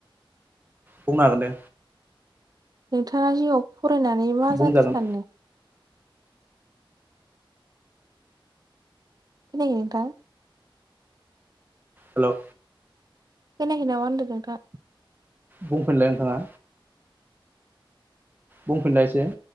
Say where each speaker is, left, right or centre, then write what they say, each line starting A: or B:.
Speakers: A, on the right; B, on the right.
A: बुंनो हागोनदे।
B: नोंथाङा जिउआव फरायनानै मा
A: बुंजागोन
B: जानो सानो? खोनायाखै नोंथां।
A: हेलौ
B: खोनायाखै नामा होनदों नोंथाङा?
A: बुंफिलाय नोंथाङा। बुंफिनलाय एसे ‌।